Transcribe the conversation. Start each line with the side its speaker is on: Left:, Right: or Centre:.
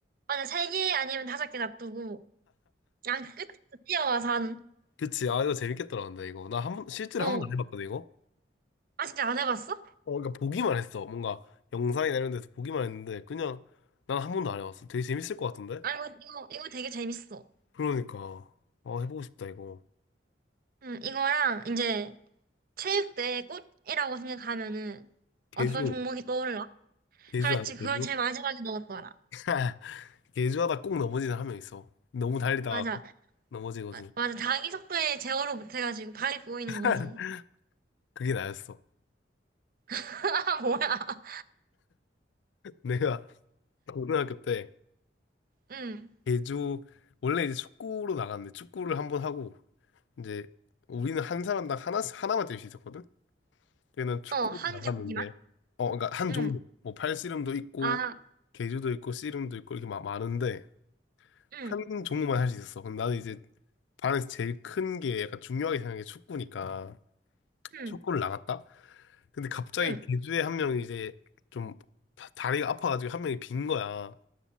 Right: 맞아, 세 개 아니면 다섯 개 놔두고, 양 끝에서 뛰어와서 하는,
Left: 그치. 아, 이거 재밌겠더라, 근데 이거. 나 한 번, 실제로
Right: 어.
Left: 한 번도 안 해봤거든, 이거?
Right: 아, 진짜 안 해봤어?
Left: 어, 그러니까 보기만 했어. 뭔가 영상이나 이런 데서 보기만 했는데, 그냥 난 한 번도 안 해봤어. 되게 재밌을 것 같은데?
Right: 아, 이거, 이거, 이거 되게 재밌어.
Left: 그러니까. 어, 해보고 싶다, 이거.
Right: 음, 이거랑 이제 체육대회 꽃이라고 생각하면은
Left: 개주.
Right: 어떤 종목이 떠올라?
Left: 개주
Right: 그렇지,
Left: 아니야,
Right: 그걸
Left: 개주?
Right: 제일 마지막에 넣었더라.
Left: <laughs> 예주하다 꼭 넘어지는 한 명 있어. 너무 달리다가
Right: 맞아,
Left: 꼭 넘어지거든.
Right: 아, 맞아. 자기 속도에 제어를 못해가지고 발이 꼬이는
Left: <laughs>
Right: 거지.
Left: 그게 나였어.
Right: <laughs> 뭐야.
Left: 내가 고등학교 때
Right: 응.
Left: 예주 원래 이제 축구로 나갔는데 축구를 한번 하고 이제 우리는 한 사람당 하나 하나만 뛸 수 있었거든. 걔는 축구로
Right: 어, 한
Left: 나갔는데
Right: 경기만?
Left: 어 그러니까 한
Right: 응.
Left: 종목 뭐 팔씨름도 있고
Right: 아,
Left: 계주도 있고 씨름도 있고 이렇게 막 많은데
Right: 응,
Left: 한 종목만 할 수 있었어. 근데 나는 이제 반에서 제일 큰 게 약간 중요하게 생각한 게 축구니까
Right: 응,
Left: 축구를 나갔다. 근데 갑자기
Right: 응,
Left: 개주에 한 명이 이제 좀 다- 다리가 아파가지고 한 명이 빈 거야.